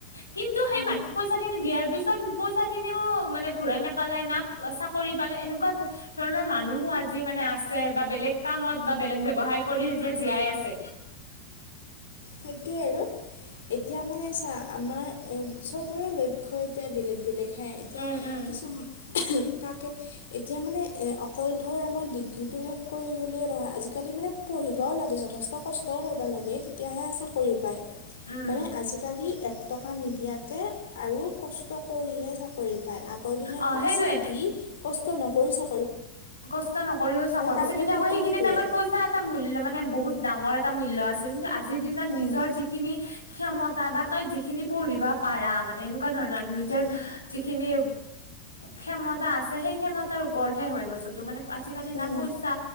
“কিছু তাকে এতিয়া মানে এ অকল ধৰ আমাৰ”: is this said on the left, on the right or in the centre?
Left